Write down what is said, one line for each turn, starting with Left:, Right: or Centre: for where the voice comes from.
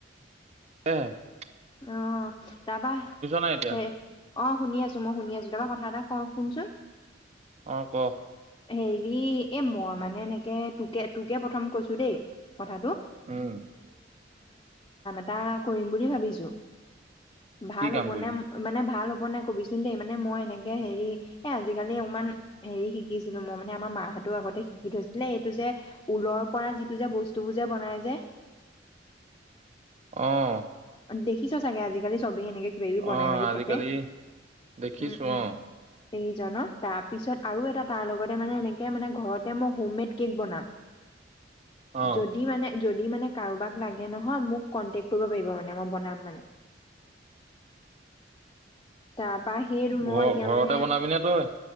Right: । <inaudible>
Left: অ তাৰ পৰা
Right: নাই এতিয়া
Left: হে অ শুনি আছো। মই শুনি আছো। তাৰ পৰা কথা এটা। অ শুনচোন।
Right: অ ক
Left: হেৰি এ মই মানে এনেকে, তোকে তোকে প্ৰথম কৈছো দেই। কথাটো।
Right: উম
Left: <unintelligible> কৰিম বুলি ভাবিছো।। <inaudible> ভাল
Right: কি কাম
Left: হ'ব
Right: কৰিবি
Left: নে? মানে ভাল বনাই কবিচোন দেই। মানে মই এনেকে হেৰি এ আজিকালি অকমান হেৰি শিকিছিলো, মই মানে আমাৰ মাহঁতো আগতে শিকি থৈছিলে, এইটো যে ঊলৰ পৰা যিটো যে বস্তুবোৰ যে বনাই যে।
Right: অ
Left: দেখিছ চাগে? আজিকালি চব <unintelligible> বনাই
Right: অ
Left: মেলি
Right: আজিকালি
Left: থাকে
Right: দেখিছো
Left: উ উ
Right: অ
Left: এইজনৰ তাৰপিছত আৰু এটা তাৰ লগতে মানে সেনেকে মানে ঘৰতে মই হোম মেড কেক বনাম।
Right: অ
Left: যদি মানে যদি মানে কাৰোবাক লাগে নহয়, মোক কণ্টেক্ট কৰিব পাৰিব মানে। মই বনাম মানে। তাৰপা সেইটো মই
Right: ঘ
Left: এতিয়া
Right: ঘৰতে
Left: মানে
Right: বনাবি নে তই?